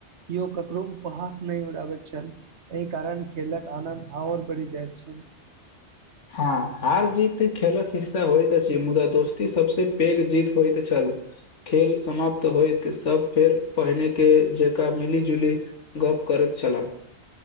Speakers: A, on the right (about 70°); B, on the left (about 80°).
A: किओ करो उपहास नहि उराबैत छल एहि कारण खेलक आनन्द ओर बढ़ि जाइत छल <inaudible>
B: ह हार जीत खेलक हिस्सा होइत अछि मुदा दोस्ती सभसे पैघ जीत होयइत छल खेल समाप्त होयइत सभ फेर पहिने के जकाँ मिली जुली गप करैत छलाह।